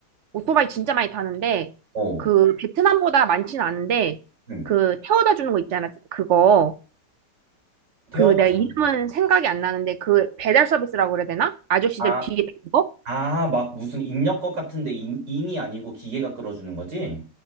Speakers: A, on the right; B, on the right.
A: 오토바이 진짜 많이 타는데
B: 어.
A: 그 베트남보다 많지는 않은데
B: 응.
A: 그 태워다 주는 거 있잖아 그거
B: 태워다
A: 그 내가
B: 주는.
A: 이름은 생각이 안 나는데 그 배달 서비스라고 그래야 되나? 아저씨들
B: 아,
A: 뒤에 있는 거?
B: 아, 막 무슨 인력것 같은데 인, 인이 아니고 기계가 끌어주는 거지?